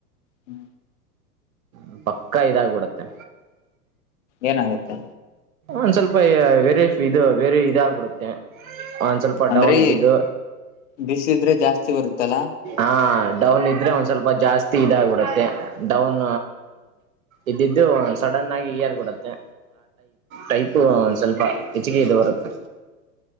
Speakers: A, on the left (about 45°); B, on the right (about 60°).
A: ಹ್
B: ಅ ಪಕ್ಕಾ ಇದ ಆಗಿ ಬಿಡುತ್ತೆ
A: ಏನಾಗುತ್ತೆ
B: ಒಂದ ಸ್ವಲ್ಪ ವೆರಿಪ್ಪ್ ಇದ ವೆರಿ ಇದ ಆಗಿ ಬಿಡುತ್ತೆ ಒಂದ ಸ್ವಲ್ಪ
A: ಅಂದ್ರೆ
B: ಡೌನ್ ಇದಿದ್ದು
A: ಬಿಸಿಲಿದ್ರೆ ಜಾಸ್ತಿ ಬರುತ್ತಲ್ಲ
B: ಆ ಡೌನ್ ಇದ್ರೆ ಒಂದ್ ಸ್ವಲ್ಪ ಸ್ವಲ್ಪ ಜಾಸ್ತಿ ಇದ ಆಗಿಬಿಡುತ್ತೆ ಡೌನ್ ಇದ್ದಿದ್ದು ಸಡನ್ ಆಗಿ ಏರಿ ಬಿಡುತ್ತೆ ಟೈಪ್ ಸ್ವಲ್ಪ ಹೆಚ್ಚಗಿ ಇದ ಬರುತ್ತೆ